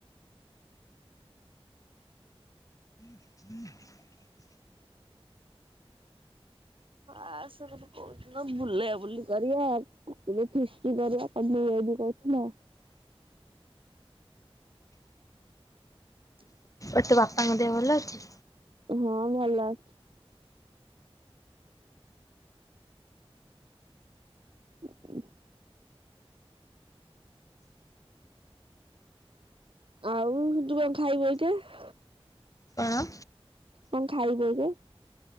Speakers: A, on the left (about 35°); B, on the right (about 60°).
A: <inaudible>
B: ଆସ। କହୁଥିଲ ବୁଲାବୁଲି କରିବା ପୁଣି ଫିଷ୍ଟି କରିବା <unintelligible> କହୁଥିଲା <inaudible>
A: ଆଉ ତୋ ବାପାଙ୍କ ଦେହ ଭଲ ଅଛି।
B: ହଁ ଭଲ ଅଛି। <inaudible> ଆଉ ତୁ କଣ ଖାଇବୁ ଏଇଖିଣା?
A: କଣ?
B: କଣ ଖାଇବୁ ଏଇଖିଣା?